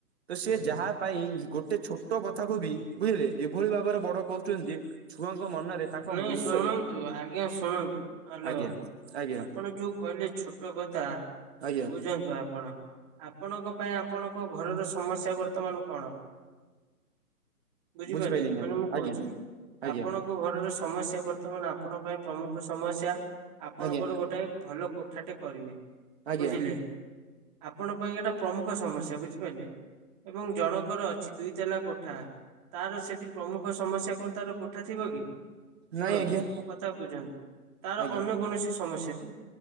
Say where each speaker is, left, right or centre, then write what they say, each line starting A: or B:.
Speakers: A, on the right; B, on the right.
A: ତ ସେ
B: ଆଜ୍ଞା
A: ଯାହା ପାଇଁ ଗୋଟେ ଛୋଟ କଥାକୁ ବି ବୁଝିଲେ ଏଭଳି ଭାବରେ ବଡ଼ କରୁଛନ୍ତି ଯେ ଛୁଆଙ୍କ ମନରେ ତାଙ୍କ
B: ନାଇଁ
A: ମୁଣ୍ଡ
B: ଶୁଣନ୍ତୁ
A: ଏ
B: ଆଜ୍ଞା ଶୁଣନ୍ତୁ ହ୍ୟାଲୋ
A: ଆଜ୍ଞା ଆଜ୍ଞା
B: ଆପଣ ଯୋଉ କହିଲେ ଛୋଟ କଥା
A: ଆଜ୍ଞା
B: ବୁଝନ୍ତୁ ଆପଣ ଆପଣଙ୍କ ପାଇଁ ଆପଣଙ୍କ ଘରର ସମସ୍ୟା ବର୍ତ୍ତମାନ କଣ? ବୁଝିପାରିଲେ
A: ବୁଝିପାଇଲି ନା
B: ମାନେ ମୁଁ କହୁଛି
A: ଆଜ୍ଞା ଆଜ୍ଞା
B: ଆପଣ ଙ୍କ ଘରର ସମସ୍ୟା ବର୍ତ୍ତମାନ ଆପଣଙ୍କ ପାଇଁ ପ୍ରମୁଖ ସମସ୍ୟା ଆପଣଙ୍କର
A: ଆଜ୍ଞା
B: ଗୋଟେ ଭଲ କୋ ଠାଟେ କରିବେ
A: ଆଜ୍ଞା
B: ବୁଝିଲେ ଆପଣଙ୍କ ପାଇଁ ଏଟା ପ୍ରମୁଖ ସମସ୍ୟା ବୁଝିପାରିଲେ। ଏବଂ ଜଣକର ଅଛି ଦୁଇ ତାଲା କୋଠା ତାର ସେଠି ପ୍ରମୁଖ ସମସ୍ୟା କଣ ତାର କୋଠା ଥିବ କି ଶୁଣନ୍ତୁ
A: ନାଇଁ ଆଜ୍ଞା
B: ମୋ କଥାକୁ ବୁଝନ୍ତୁ ତାର
A: ଆଜ୍ଞା
B: ଅନ୍ୟ କୌଣସି ସମସ୍ୟା ଥିବ